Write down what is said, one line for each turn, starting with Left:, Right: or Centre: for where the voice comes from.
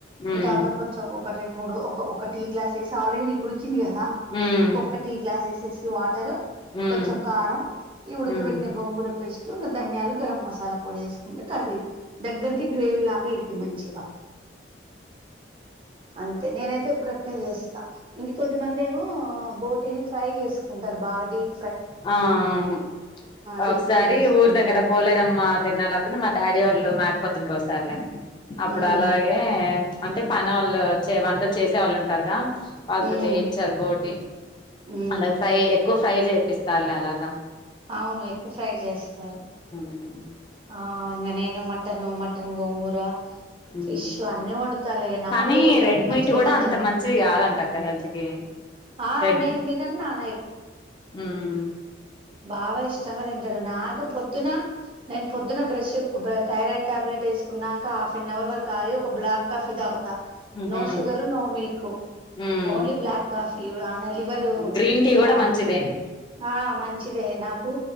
Left: ఉమ్
Right: ఇంకా కొంచెం ఒక రెండు మూడు ఒక టీ గ్లాస్ వేసి ఆల్రెడీ ఇ ఉకింది కదా
Left: ఉమ్
Right: ఇంకొక టీ గ్లాస్ వేసేసి వాటర్
Left: ఉమ్
Right: కొంచెం కారం ఈ ఉడికిబెట్టిన
Left: ఉమ్
Right: గోంగూర పేస్ట్ ధన్యాలు గరం మసాలా పొడి వేసు ఉంటె కర్రీ దగ్గర్కి గ్రేవీ లాగా ఐద్ది మంచిగా అంతే నేనైతే ఎప్పుడు అట్నే చేస్ ఇంక కొద్దిమంది ఏమో బోటీని ఫ్రై చేసుకుంటారు బాగా డీప్ ప
Left: ఆ అవును
Right: డీప్
Left: ఒకసారి
Right: ఫ్రై చేసుకుంటారు
Left: ఊరు దగ్గర
Right: అవును
Left: పోలేరమ్మా తిర్నాలప్ అప్పుడు మా డాడీ వాళ్ళు మాకపోతుని గోస్తార్లే అప్పుడు
Right: ఉమ్
Left: అలాగే అంటే పని వాళ్ళు వచ్చే వంటల్ చేసే వాళ్ళు ఉంటారుగా వాళ్ళతో
Right: ఉమ్
Left: చేయిచ్చారు బోటి
Right: ఉమ్
Left: అలాగ ఫ్రై ఎక్కువ ఫ్రై చేయ పిస్తారు అలాగా
Right: అవును ఎక్కువ ఫ్రై చేస్తారు
Left: ఉ
Right: ఆ ఇంగనేను మటన్ మటన్ గోంగూర
Left: ఉమ్
Right: ఫిష్ అన్నీ వండుతాలే ఇగ నాన్
Left: కానీ
Right: వెజ్ అయితే
Left: రెడ్
Right: అన్ని మంచిగా
Left: మీట్ కూడా
Right: వండుతాలే
Left: అంత మంచిది కాదంట అక్క హెల్త్కి
Right: ఆ
Left: రెడ్
Right: నేను తినను నాన్న
Left: ఊమ్
Right: బాగా ఇష్టంగా తింటాడు నాకు పొద్దున నేను పొద్దున బ్రష్ ఉబ్ర థైరాయిడ్ టాబ్లెట్ వేసుకున్నాక హాఫ్ అన్ అవర్ వరకు ఆగి ఒక బ్లాక్ కాఫీ తాగు త
Left: ఉహు
Right: నోషుగరు నో మిల్క్
Left: ఉమ్
Right: ఓన్లీ బ్లాక్ కాఫీ ఉ ఆ లివరు
Left: గ్రీన్ టీ కూడా
Right: ఆ
Left: మంచిదే
Right: ఆ మంచి ఇదే నాకూ